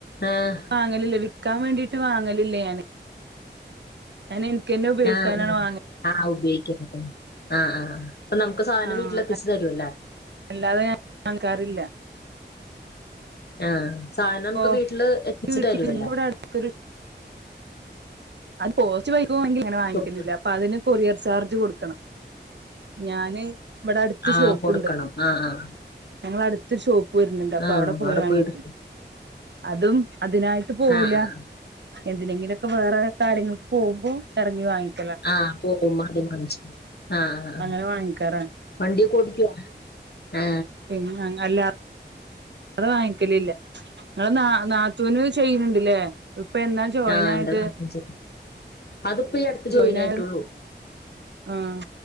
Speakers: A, on the left; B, on the right.
A: ആഹ്
B: വാങ്ങലില്ലേ വിക്കാൻ വേണ്ടീട്ട് വാങ്ങലില്ലേ ഞാന് ഞാൻ എനിക്കന്നെ ഉപയോഗിക്കാനാണ്
A: ആഹ ആഹ
B: വാങ്ങ
A: ആഹ ഉപയോഗിക്ക ആഹ് ആ അൊ നമുക്ക് സാധനം
B: ആഹ്
A: വീട്ടില എത്തിച്ചു തരുല്ലേ
B: അല്ലാതെ ഞാൻ നക്കാറില്ല
A: ആഹ സാധനം നമുക്ക്
B: ഓ
A: വീട്ടില് എത്തിച്ചു
B: വീട്ടിൽ
A: തരുമല്ലോ
B: ഇവിടെ അടുത്ത് അത് പോസ്റ്റ് വൈകെങ്കിൽ ഇങ്ങനെ വാങ്ങിക്കലില്ല
A: സൂപ്പർ
B: അതിന് കൊറിർ ചാർജ് ചാർജ് കൊടുക്കണം ഞാന് ഇവിടെ അടുത്ത
A: ആഹ്
B: ഷോപ്പുണ്ട്.
A: കൊടുക്കണം ആഹ് ആഹ്
B: ഞങ്ങള അടുത്ത് ഷോപ്പ് വരുന്നുണ്ട്. അപ്പൊ
A: ആഹ്
B: അവിടെ പോയി വാങ്ങി
A: പോയിട്ട്
B: അതും അതിനായിട്ട് പോവില്ല
A: ആഹ് ആഹ്
B: എന്തിനെങ്കിലൊക്കെ വേറെ കാര്യങ്ങൾക്ക് പോകുമ്പോൾ ഇറങ്ങി വാങ്ങിക്കി
A: ആഹ് പോകും അതി മനിച്ച ആഹ ആ
B: അങ്ങനെ വാങ്ങിക്കാറാണ്
A: വണ്ടിയക്ക ഓടിക്കുവ ആ
B: ഉ അല്ല അത് വാങ്ങിക്കലല്ല നിങ്ങെ നാ നാത്തുന് ചെയ്യുന്നുണ്ടില്ലേ ഇപ്പൊ എന്നാ ജോയിൻ
A: ആഹ്
B: ആയത്
A: എന്റെ നാത്തൂൻ ചെറുത് അതിപ്പോ ഈ അടുത്ത്
B: ജോയിൻ
A: ആയിട്ടുള്ളൂ
B: ആയത് ആഹ